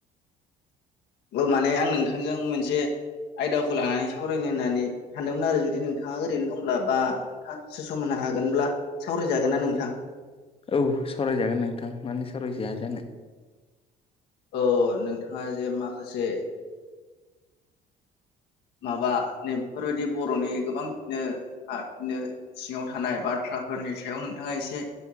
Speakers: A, on the left; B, on the left.
A: माने आं नोंथांजों मोनसे आयदाखौ लानानै साव रायनो होननानै सानदोंमोन आरो जुदि नोंथाङा ओरैनो दंब्ला बा दसे सम होनो हागोनब्ला सावरायजागोन ना नोंथां
B: औ सरायजागोन नोंथां मानोे सावरायजाया जानो
A: अ नोंथाङा जे माखासे माबा नै बेफोरबायदि बर'नि गोबां नो हा बिनो सिङाव थानाय बाथ्राफोरनि सायाव नोंथाङा एसे